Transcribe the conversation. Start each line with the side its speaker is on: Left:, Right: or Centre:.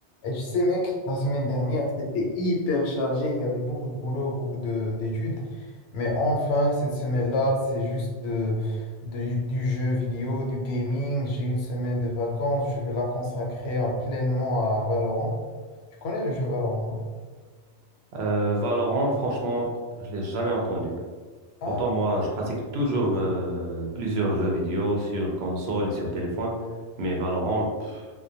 Left: Et tu sais, mec, la semaine dernière, c'était hyper chargé. Il y avait beaucoup de boulot, beaucoup de d'études. Mais enfin, cette semaine-là, c'est juste de, de- du jeu vidéo, du gaming. J'ai une semaine de vacances. Je vais la consacrer euh, pleinement à Valorant. Tu connais le jeu Valorant, non?
Right: Euh, Valorant, franchement, je l'ai jamais entendu.
Left: Ah
Right: Pourtant, moi,
Left: non,
Right: je pratique toujours euh, plusieurs jeux vidéo sur console et sur téléphone, mais Valorant, pff,